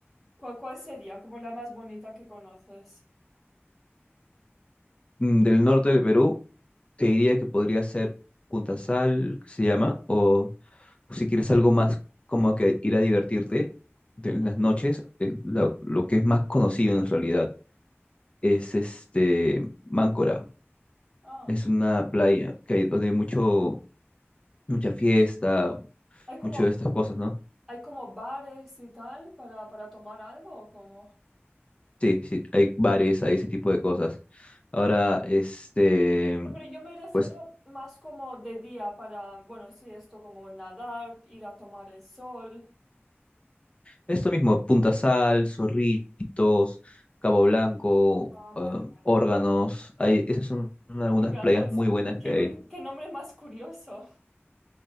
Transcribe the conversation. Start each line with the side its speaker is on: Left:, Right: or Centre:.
Centre: ¿cuál, cuál sería? Como la más bonita que conoces.
Left: Mm, Del norte del Perú, te diría que podría ser Punta Sal, que se llama, o si quieres algo más como que ir a divertirte de-
Centre: Ujú.
Left: en las noches, eh, lo, lo que es más conocido en realidad es este Máncora.
Centre: Ah,
Left: Es una playa que hay, donde hay mucho, mucha fiesta,
Centre: hay como
Left: mucho de estas cosas, ¿no?
Centre: ¿Hay como bares y tal para, para tomar algo o cómo?
Left: Sí, sí, hay bares,
Centre: Ah, vale.
Left: hay ese tipo de cosas. Ahora,
Centre: Bueno,
Left: este,
Centre: pero yo me refiero
Left: pues
Centre: más como de día para, bueno, sí, esto como nadar, ir a tomar el sol.
Left: esto mismo, Punta Sal, Zorritos, Cabo Blanco,
Centre: Ah, vale,
Left: ah,
Centre: vale.
Left: Órganos, hay, esas son algunas
Centre: Órganos.
Left: playas muy buenas
Centre: Qué,
Left: que
Centre: nun-
Left: hay.
Centre: qué nombre más curioso.